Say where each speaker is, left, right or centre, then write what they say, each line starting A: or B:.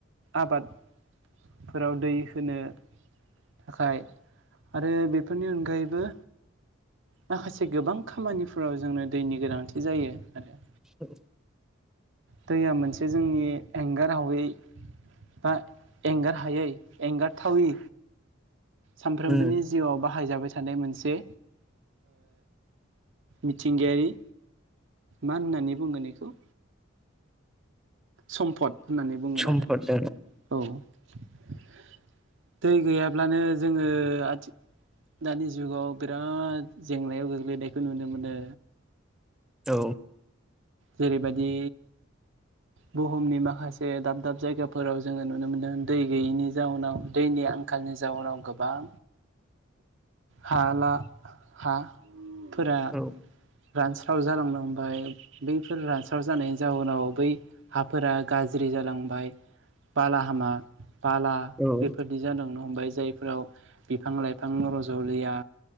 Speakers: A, on the right; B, in the centre.
A: आबाद फोराव दै होनो थाखाय आरो बेफोरनि अनगायैबो माखासे गोबां खामानिफोराव जोंनो दैनि गोनांथि जायो आरो।
B: औ।
A: दैया मोनसे जोंनि एंगार हायै बा एंगार हायै एंगारथावै सानफ्रोमबोनि
B: औ
A: जिउआव बाहायजाबाय थानाय मोनसे मिथिंगायारि मा होननानै बुङो बेखौ सम्फद होननानै बुंगोन
B: सम्पद
A: आरो औ दै गैयाब्लानो जोङो आथि दानि जुगाव बिराद जेंनायाव गोग्लैनायखौ नुनो मोनो
B: औ
A: जेरैबायदि बुहुमनि माखासे दाब दाब जायगाफोराव जोङो नुनो मोनदों दै गैयैनि जाउनाव दैनि आंखाल आथिखालनि जाउनाव गोबां हा ला हा फोरा
B: औ
A: रानस्राव जालांनो हमबाय बैफोर रानस्राव जानायनि जाउनाव बै हाफोरा गाज्रि जालांबाय बाला हामा बाला
B: औ
A: बेफोरबादि जालांनो हमबाय जायफोराव बिफां लाइफां रज'लिया